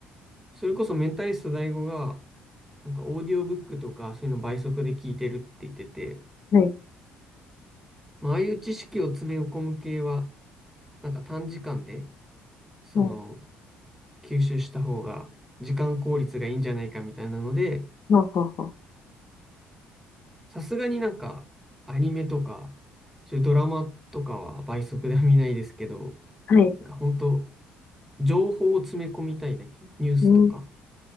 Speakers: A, in the centre; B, on the left.
A: それこそメンタリスト大吾が、なんかオーディオブックとか、そういうの倍速で聞いてるって言ってて、
B: はい。
A: まあ、ああいう知識を詰め込む系は、なんか短時間で、その、
B: は
A: 吸収した方が、時間効率がいいんじゃないかみたいなので、
B: あ、はあ、はあ。は
A: さすがになんか、アニメとか、そういうドラマとかは倍速では見ないですけど、
B: あはい。
A: なんか本当情報を詰め込みたいだけ、ニュースとか。
B: うん。